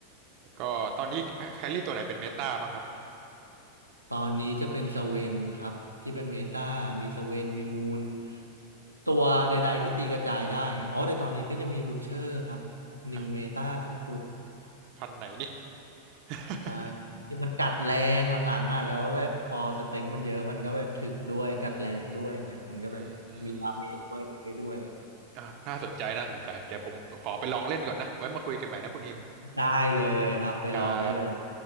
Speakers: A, on the right; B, on the right.
A: แล้วก็ตอนนี้แครี่ตัวไหนเป็นเมตาบ้างครับ
B: ตอนนี้จะเป็นสเวนครับที่เป็นเมตามีสเวนมีมูลตัวใดๆที่ตีกระจายได้ไงอ๋อแต่ตอนนี้ก็จะมีบู t เชอร์ครับ
A: ฮะ
B: นิวเมตาสุด
A: พันธุ์ไหนนี่ <laughs>
B: ๆใช่ที่มันกัดแรงหลังๆอ่ะแล้วแบบพอสเต็งมันเยอะมันก็แบบถึกด้วยกัดแรงด้วยอย่างเงี้ยมันก็แบบมีดาเมจด้วยเองได้ด้วย
A: อืม <laughs> อืมอ่าน่าสนใจน่าสนใจเดี๋ยวผมขอไปลองเล่นก่อนนะไว้มาคุยกันใหม่นะคุณฮิม
B: ได้เลยครับไปลองได้เลย
A: ครับ